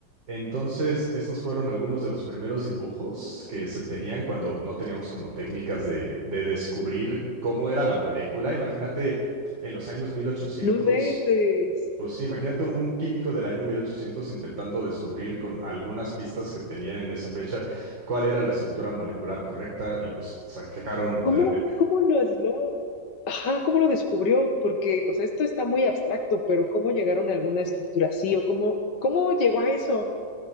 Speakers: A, on the right; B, on the left.
A: Entonces, estos fueron algunos de los primeros dibujos que se tenían cuando no teníamos como técnicas de, de descubrir cómo era la molécula. Imagínate en los años mil ochocientos,
B: no inventes.
A: pues sí, imagínate un un químico del año 1800 intentando descubrir con algunas pistas que tenían en esa fecha cuál era la estructura molecular correcta y pues sacaron
B: ¿Cómo,
A: de repente.
B: cómo lo aisló? Ajá, ¿cómo lo descubrió? Porque, o sea, esto está muy abstracto, pero ¿cómo llegaron a alguna estructura así? ¿O cómo, cómo llegó a eso?